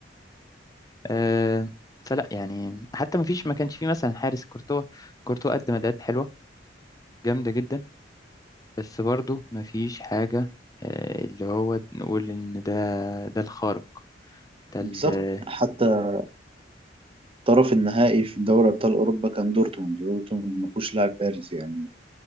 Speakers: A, on the left; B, on the right.
A: آه، فلا يعني حتى ما فيش ما كانش فيه مثلا حارس كورتوا كورتوا قدم أداءات حلوة جامدة جدا بس برضو مفيش حاجة آه، اللي هو نقول إن ده ده الخارق ده
B: بالظبط
A: ال- آه،
B: حتى طرف النهائي في دوري ابطال اوروبا كان دورتموند دورتموند ما فيهوش لاعب بارز يعني